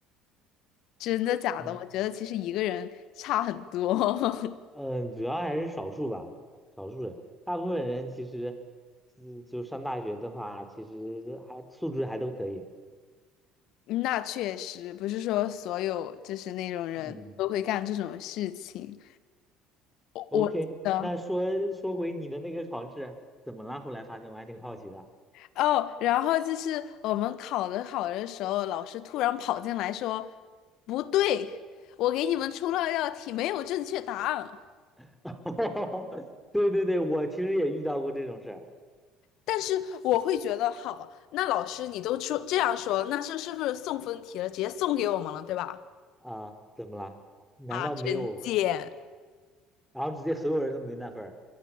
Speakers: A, on the left (about 65°); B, in the centre.
A: 真的假的？
B: 嗯。
A: 我觉得其实一个人差很多。<laughs>
B: 嗯，主要还是少数吧，少数人，大部分人其实，就就上大学的话，其实还素质还都可以。
A: 那确实不是说所有就是那种人都会干这种事情。
B: 嗯
A: 我我记得。
B: ，OK，那说说回你的那个考试，怎么了？后来发生，我还挺好奇的。
A: 哦，然后就是我们考的好的时候，老师突然跑进来说：“不对，我给你们出了道题，没有正确答案。”
B: <laughs> 对对对，我其实也遇到过这种事儿
A: 但是我会觉得，好，那老师你都出这样说，那这是不是送分题了？直接送给我们了，对吧？
B: 啊，怎么了？难道没有？
A: 啊，真贱！
B: 然后直接所有人都没那分儿，